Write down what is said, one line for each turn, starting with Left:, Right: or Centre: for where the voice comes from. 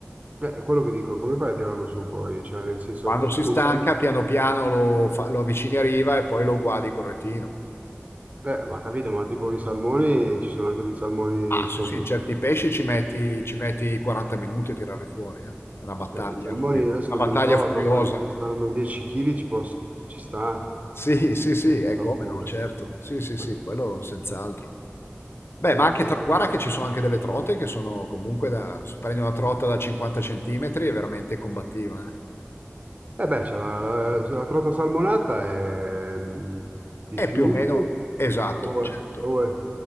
Right: Cioè, è quello che dico, come fai a tirarlo su poi? Cioè, nel senso,
Left: Quando si stanca,
Right: un salmone...
Left: piano piano lo, fa- lo avvicini a riva e poi lo guardi col retino.
Right: Eh, ma capito, ma tipo i salmoni, ci sono anche dei salmoni,
Left: Ah,
Right: insomma...
Left: sì, sì, certi pesci ci metti, ci metti 40 minuti a tirarli fuori, eh. È una battaglia
Right: eh, i salmoni,
Left: furio-
Right: adesso
Left: una
Right: non mi
Left: battaglia
Right: ricordo
Left: furiosa.
Right: quanti saranno, 10 kg ci, posso- ci sta,
Left: Sì, sì, sì, è
Right: salmone.
Left: come no, certo. Sì, sì,
Right: Anche-
Left: sì, quello senz'altro. Beh,
Right: Eh,
Left: ma anche,
Right: eh,
Left: tra- guarda che ci sono anche delle trote che sono comunque da... se Prendi una trota da 50 centimetri è veramente combattiva, eh.
Right: eh, beh, c'è la, la, la trota salmonata è, mm, di
Left: È
Right: fiume
Left: più o meno esatto,
Right: o,
Left: certo.
Right: o è